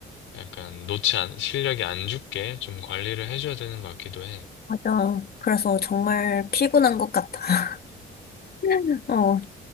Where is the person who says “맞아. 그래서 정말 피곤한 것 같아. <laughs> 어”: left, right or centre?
Left